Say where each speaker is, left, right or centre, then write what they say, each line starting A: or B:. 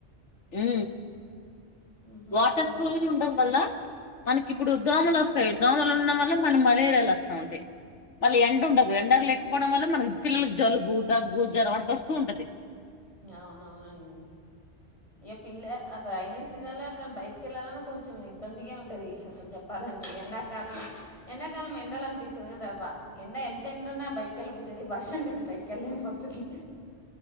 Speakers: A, on the left; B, on the left.
A: ఉ
B: మ్హూ
A: వాటర్
B: అసలు
A: స్టోల్ ఉండం వల్ల మనకి ఇప్పుడు దోమలు వస్తాయి దోమలు ఉండం వల్ల మనం మలేరియాలు వస్తా ఉంటాయి మళ్ళీ ఎండ ఉండదు ఎండ లేకపోవడం వల్ల మనకి పిల్లలకు జలుబు దగ్గు జరం అట్లా వస్తూ ఉంటది
B: అవునవునండి ఏ పిల్ల రైైనీ సీజన్ లో అట్లా బయటికి వెళ్లాలన్నా కొంచెం ఇబ్బందిగా ఉంటది అసలు చెప్పా ఎండాకాలం ఎండాకాలం ఎండలు అనిపిస్తది కానీ ఎండ ఎంత ఎండ ఉన్నా బయటకెల్ల బుద్ధి వర్షానికి ఐతే బయటకెళ్లేని పరిస్థితి